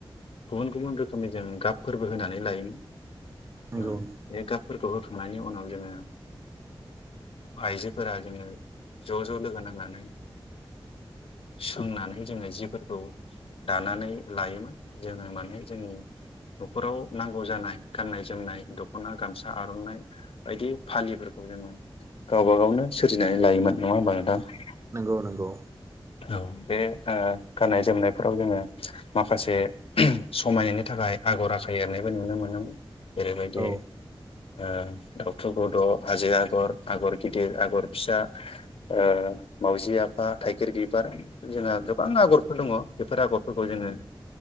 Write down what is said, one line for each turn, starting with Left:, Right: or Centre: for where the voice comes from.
Left: गुबुन गुबुन रोखोमनि जोंङो गाब फोरबो होनानै लायोमोन
Right: नंगौ
Left: ओ
Right: नंगौ
Left: बे गाबफोरखौ होखांनायनि उनाव जोङो आइजोफोरा जोङो ज' ज' लोगो नांनानै सोंनानै जोङो जिफोरखौ दानानै लायोमोन जोङो माने जोंनि न'खराव नांगौ जानाय गाननाय जोमनाय दख'ना गामसा आर'नाइ बायदि फालिफोरखौ जोङो गावबा गावनो सोरजिनानै लायोमोन नङा होमबा नोंथां?
Right: नंगौ नंगौ
Left: औ बे गाननाय जोमनायफोराव जोङो माखासे <inaudible> समायनायनि थाखाय आगर आखाइ एरनायबो नुनो मोनो। जेरैबायदि
Right: औ
Left: ओ दाउथु बड' हाजै आगर आगर गिदिर आगर फिसा ओ माउजि आफा थाइगेर बिबार जोंहा गोबां आगरफोर दङ बेफोर आगरफोरखौ जोङो